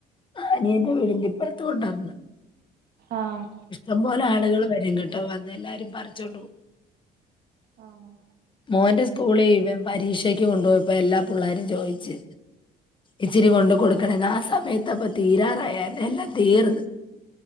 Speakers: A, on the left; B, on the right.
A: അനിയന്റെ വീടിന്റെ ഇപ്രത്തും ഉണ്ടൊന്ന്‌.
B: ആഹ്
A: ഇഷ്ടംപോലെ ആളുകള് വരും കെട്ട് വന്നെല്ലാരും പറിച്ചോണ്ടോവും.
B: ആ ആ
A: മോന്റെ സ്കൂളി ഇവൻ പരീക്ഷക്ക് കൊണ്ടോയപ്പോ എല്ലാപുള്ളേരും ചോയിച്ച് ഇച്ചിരി കൊണ്ടകൊടുക്കണെന്നു ആ സമയത്ത് അപ്പോ എല്ലാം തീരാറായായിരുന്നു എല്ലാം തീർന്ന്